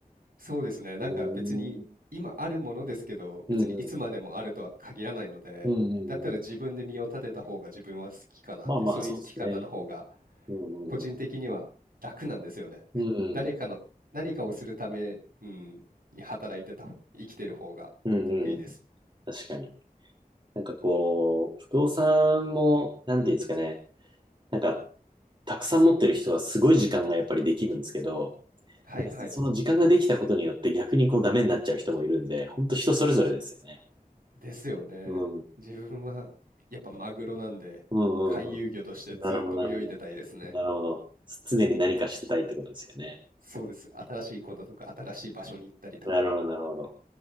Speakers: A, on the right; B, on the right.
A: そうですね。なんか別に今あるものですけど、
B: うーん。
A: 別にいつまでもあるとは限らないので、
B: うんうん。うんうんうん。
A: だったら自分で身を立てた方が自分は好きかなって、
B: まあまあ、
A: そういう生き方の方が
B: そうですね。うんうん
A: 個人的には楽なんですよね。<laughs>
B: うん。
A: 誰かの何かをするため、うん、に働いてた方、生きてる方が得意です。
B: うんうんうんうんうんまあまあそうですねうんうんうんうんうんうん確かに。なんかこう、不動産も、なんていうんですかね。なんか、たくさん持ってる人はすごい時間がやっぱりできるんですけど、
A: はいはい。
B: その時間ができたことによって逆にこうダメになっちゃう人もいるんで、本当人それぞれですよね。
A: ですよね。
B: うん
A: 自分はやっぱマグロなんで、
B: うんうん
A: 回遊魚としてずっと泳いでたいですね。
B: うん。なるほど、なるほど。なるほど。常に何かしてたいってことですよね。
A: そうです。新しいこととか新しい場所に行ったりとか。
B: なるほど、なるほど。